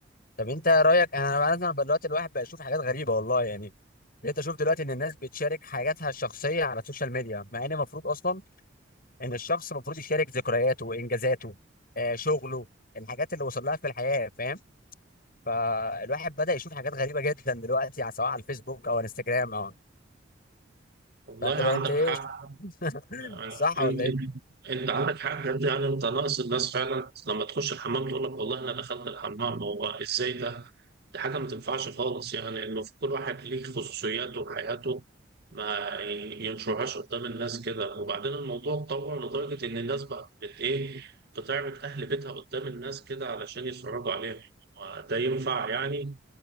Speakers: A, on the left (about 50°); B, on the right (about 55°).
A: طب انت رايك انا مثلا بقى دلوقتي الواحد بقى يشوف حاجات غريبه والله يعني بقيت اشوف دلوقتي ان الناس بتشارك حاجاتها الشخصيه على السوشيال ميديا مع ان المفروض اصلا ان الشخص المفروض يشارك ذكرياته وانجازاته آه شغله الحاجات اللي وصل لها في الحياه فاهم فالواحد بدا يشوف حاجات غريبه جدا دلوقتي على- سواء على الفيسبوك او انستجرام او
B: والله
A: فانت
B: عندك
A: بقى انت ايه
B: حق
A: <laughs>
B: يعني
A: صح
B: انت
A: ولا ايه
B: انت انت عندك حق بجد يعني انت ناقص الناس فعلا لما تخش الحمام تقول لك والله انا دخلت الحمام هو ازاي ده دي حاجة ما تنفعش خالص يعني المفروض كل واحد ليه خصوصياته وحياته ما ينشرهاش قدام الناس كده وبعدين الموضوع اتطور لدرجة إن الناس بقت بت إيه بتعرض أهل بيتها قدام الناس كده علشان يتفرجوا عليها وده ينفع يعني